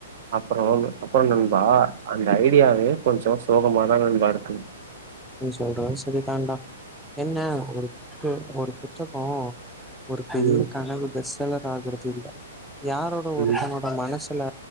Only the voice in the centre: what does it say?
நீ சொல்ற செரிதாண்டா என்ன ஒரு <unintelligible> ஒரு புத்தகோ ஒரு பெரிய
கனவு <unintelligible> ஆகறது ச்ச் இல்ல யாரோட
ஒருத்தனோட மனசு இல்ல